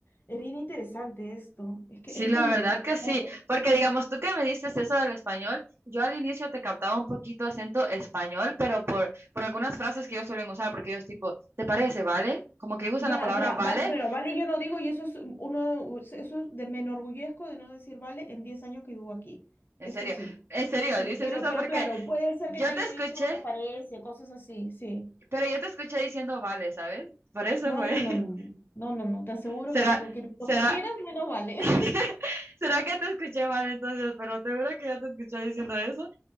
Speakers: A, on the left; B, on the right.
A: Es bien interesante esto, es que,
B: Sí,
A: es
B: la
A: que me
B: verdad
A: encanta.
B: que
A: ¿no?
B: sí, porque digamos tú que me dices eso del español, yo al inicio te captaba un poquito acento español, pero por, por algunas frases que ellos suelen usar, porque ellos tipo, ¿te parece, vale? Como que ellos usan
A: Ya,
B: la palabra
A: ya,
B: vale,
A: va- bueno, vale, yo no digo, y eso es uno, eso de, me enorgullezco de no decir vale en 10 años que vivo aquí.
B: en
A: Eso
B: serio,
A: sí.
B: en serio,
A: Sí,
B: dices
A: pero,
B: eso
A: pero
B: porque
A: claro, puede ser
B: yo
A: que te haya
B: te escuché,
A: dicho, te parece, cosas así, sí.
B: pero yo te escuché diciendo vale, ¿sabes? Por eso
A: No,
B: fue.
A: no, no, no, no,
B: <laughs>
A: no, no, no, te aseguro
B: ¿Será,
A: que lo que,
B: será,
A: lo que quieras menos vale.
B: <laughs>
A: <laughs>
B: será que te escuché mal entonces? Pero te juro que yo te escuché diciendo eso.